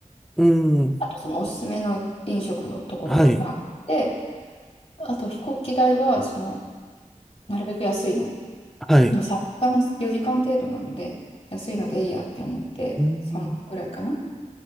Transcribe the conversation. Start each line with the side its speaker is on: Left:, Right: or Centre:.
Centre: うーん、
Left: あとそのおすすめの飲食のところをマークして、
Centre: はい、
Left: あと飛行機代は、その、なるべく安いの、
Centre: はい、
Left: もう時間、4時間程度なので、安いのでいいやって思って、
Centre: うーん、
Left: 3万円くらいかな。